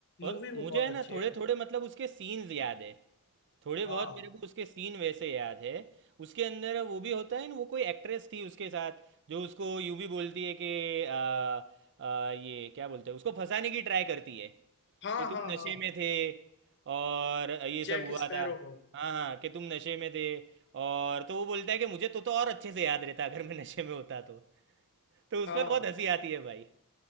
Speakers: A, on the right; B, on the left.
A: और
B: मूवी
A: मुझे
B: वो बहुत
A: है
B: अच्छी
A: ना थोड़े
B: है
A: थोड़े मतलब उसके सीन्स याद है थोड़े बहुत
B: हाँ
A: मेरे को उसके सीन वैसे याद है उसके अंदर वो भी होता है ना वो कोई एक्ट्रेस थी उसके साथ जो उसको यूं भी बोलती है कि आ, आ, ये क्या बोलते हैं उसको फंसाने की ट्राई करती है
B: हाँ
A: कि तुम
B: हाँ
A: नशे
B: हाँ
A: में थे और ये
B: जैक
A: सब हुआ
B: स्पैरो
A: था
B: को
A: हाँ हाँ कि तुम नशे में थे और तो वो बोलता है कि मुझे तो तो और अच्छे से याद रहता अगर मैं नशे में होता तो तो उसमें
B: हाँ
A: बहुत हंसी आती है भाई